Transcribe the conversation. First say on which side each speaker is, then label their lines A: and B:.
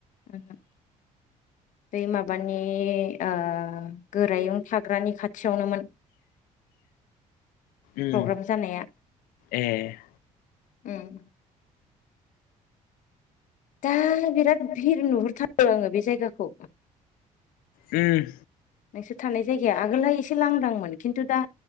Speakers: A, on the left; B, on the left.
A: ओम ओम बै माबानि आह गोरायुं थाग्रानि खाथियावनोमोन।
B: उम
A: प्रग्राम जानाया
B: एह।
A: उम ओम। दा बिराद भिर नुहुरथारो आङो बे जायगाखौ।
B: ओम।
A: नोंसोर थानाय जायगाया आगोलहाय एसे लांदांमोन खिन्तु दा